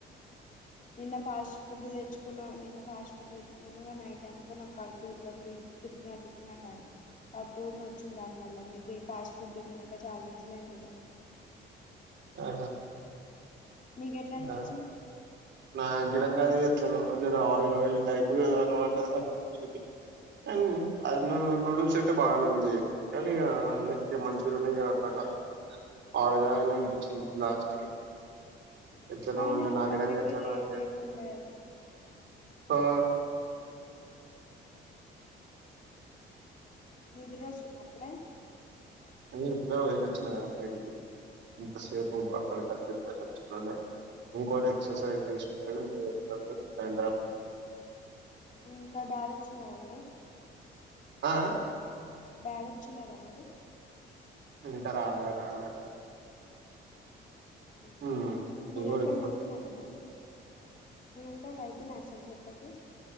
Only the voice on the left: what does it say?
నిన్న ఫాస్ట్ ఫుడ్ తెచ్చుకో కున్న నిన్న ఫాస్ట్ ఫుడ్ తెచ్చుకున్నా గ నైటంత నాకు కడుపుల ఇట్లా తిప్ తిప్పిన తిప్పినటైంది కడుపు కూడ నొచ్చింది దానివల్ల మీబీ ఫాస్ట్ ఫుడ్ తినక చాలా రోజుల అయింది కదా
నీకు ఎట్లా
అనిపించింది
బ్లాంక్
అయినా
అప్పట్లెక్క
చేయలేకుండే అది
నిద్రోచ్చుదా అప్పుడే
ఉహు
ఉహు
ఇంకా డాడి వచ్చినార మరి
డాడొచ్చినర మరి
హుమ్
మూలంకాయలు
తింపినవ మరి మునంకాయలు అయితున్నాయా అసలు చెట్లకి